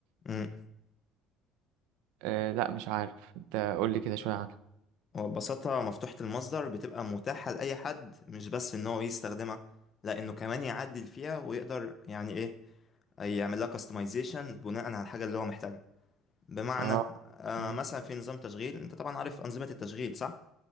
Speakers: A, on the left (about 25°); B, on the right (about 80°).
A: امم
B: أه لا مش عارف انت قول لي كده شوية عنها
A: وببساطة مفتوحة المصدر بتبقى متاحة لأي حد مش بس إن هو يستخدمها لأنه كمان يعدل فيها ويقدر يعني إيه يعمل لها customization بناء على الحاجة اللي هو محتاجها بمعنى
B: اه
A: آه
B: مم،
A: مثلا في نظام تشغيل أنت طبعا عارف أنظمة التشغيل صح؟